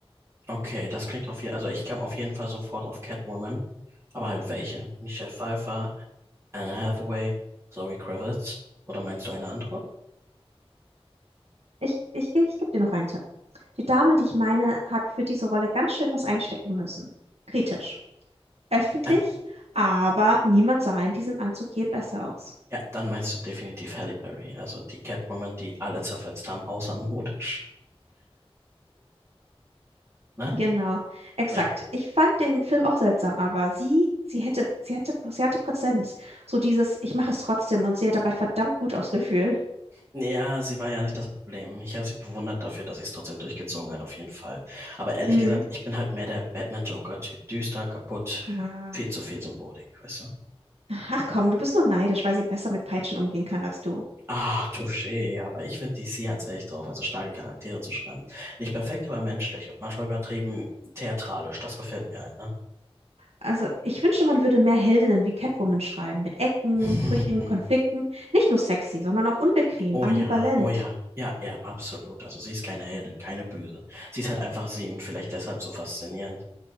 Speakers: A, on the right (about 25°); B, on the right (about 80°).
A: Okay, das klingt auf jeden Fall. Also ich kam auf jeden Fall sofort auf Catwoman. Aber halt welche? Michelle Pfeiffer, Anne Hathaway, Zoe Kravitz. Oder meinst du eine andere?
B: Ich, ich, ge- ich gebe dir noch einen Tipp. Die Dame, die ich meine, hat für diese Rolle ganz schön was einstecken müssen. Kritisch. Öffentlich,
A: Äh,
B: aber niemand sah in diesem Anzug je besser aus.
A: Ja, dann meinst du definitiv Halle Berry, also die Catwoman, die alle zerfetzt haben, außer modisch, ne?
B: Genau, exakt.
A: Ja.
B: Ich fand den Film auch seltsam, aber sie, sie hätte, sie hatte, sie hatte Präsenz. So dieses, ich mache es trotzdem und sie hat dabei verdammt gut ausgefühlt.
A: Ja, sie war ja nicht das Problem. Ich habe sie bewundert dafür, dass sie es trotzdem durchgezogen hat, auf jeden Fall. Aber ehrlich
B: Mhm.
A: gesagt, ich bin halt mehr der Batman-Joker-Typ. Düster, kaputt,
B: Ah.
A: viel zu viel Symbolik, weißt du?
B: Ach komm, du bist nur neidisch, weil sie besser mit Peitschen umgehen kann als du.
A: Ah, touché, aber ich finde, DC hat's echt drauf, also starke Charaktere zu schreiben. Nicht perfekt, aber menschlich und manchmal übertrieben theatralisch. Das gefällt mir halt, ne?
B: Also, ich wünschte, man würde mehr Heldinnen wie Catwoman schreiben, mit Ecken,
A: <laughs>
B: Brüchen,
A: Hm.
B: Konflikten. Nicht nur sexy, sondern auch unbequem,
A: Oh
B: ambivalent.
A: ja, oh ja. Ja, ja, absolut. Also sie ist keine Heldin, keine Böse. Sie ist halt einfach sie und vielleicht deshalb so faszinierend.